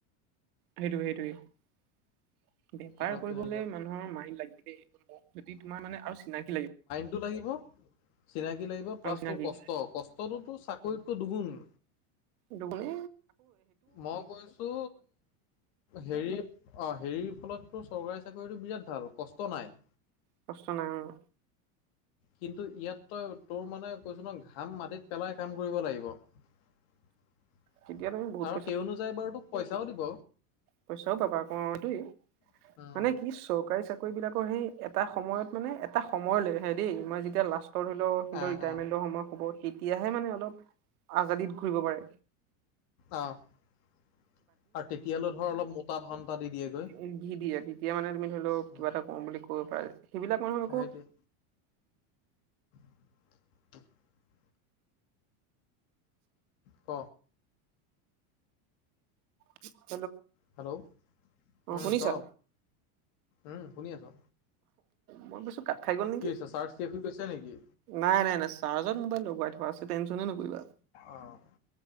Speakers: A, on the right; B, on the left.
A: সেইটোৱে সেইটোৱে, বেপাৰ
B: কথাটো
A: কৰিবলে
B: তেনেকুৱা
A: মানুহৰ মাইণ্ড লাগে দেই। যদি তোমাৰ মানে আৰু চিনাকি লাগিব।
B: টো লাগিব চিনাকি লাগিব প্লাছ
A: আৰু চিনাকি
B: তোৰ কষ্ট কষ্টটো চাকৰিতকৈ দুগুণ-
A: দুগুণে
B: মই কৈছো হেৰি অ' হেৰিৰ ফলত তোৰ চৰকাৰী চাকৰিটো বিৰাট ভাল, কষ্ট নাই।
A: কষ্ট নাই উম।
B: কিন্তু ইয়াত তই তোৰ মানে কৈছো নহয় ঘাম মাটিত পেলাই কাম কৰিব লাগিব। আৰু
A: তেতিয়া তুমি বহুত
B: সেই অনুযায়ী বাৰু তোক পইচাওঁ দিব।
A: পইছাওঁ পাবা অহ ইটোয়ে
B: উম
A: মানে কি চৰকাৰী চাকৰি কৰি বিলাকৰ সেই এটা সময়ত মানে এটা সময়লৈ হেৰী মই যেতিয়া লাষ্ট ৰ ধৰিল সিহ'তৰ
B: আহ
A: ৰিটায়াৰমেণ্ট
B: আহ
A: হ'বৰ সময়ত তেতিয়াহে মানে অলপ আজাদিত ঘূৰিব পাৰে।
B: অ' আৰু তেতিয়ালৈ ধৰ অলপ মোটা ধন এটা দি দিয়েগৈ
A: দি দিয়ে দি দিয়ে তেতিয়া মানে তুমি ধৰি লওঁ
B: উম
A: কিবা এটা কৰো বুলি ক'ৰিব পাৰে। সেইবিলাক মানুহ
B: সেইটোৱে
A: আকৌ
B: <unintelligible> ক
A: কি <unintelligible>
B: হেল্ল' উম
A: শুনিছা
B: ক উম শুনি আছো।
A: মই ভাবিছোঁ কাত খাই গ'ল নেকি
B: কি হৈছে চাৰ্জ শেষ হৈ গৈছে নেকি
A: নাই নাই নাই চাৰ্জত মোবাইল লগাই থোৱা আছে টেনশ্যন এ নকৰিবা।
B: অ'